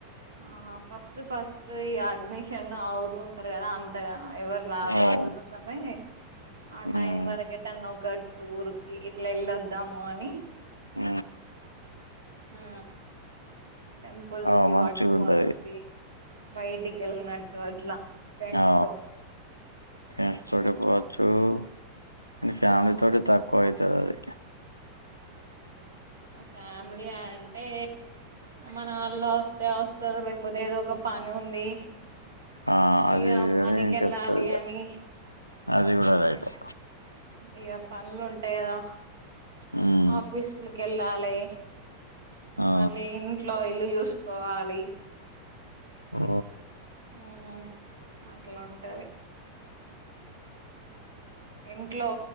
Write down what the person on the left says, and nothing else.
అవును.
హ్మ్.
ఊ
ఆ!
మంచిగుంటది.
ఆ
<unintelligible> మీ ఫ్యామిలీ
తోటి తక్కువ అయితది అది
ఆ
అధే గని
నేన
చెప్తంది
అది కూడా రైటే
ఉమ్
ఆ
ఓ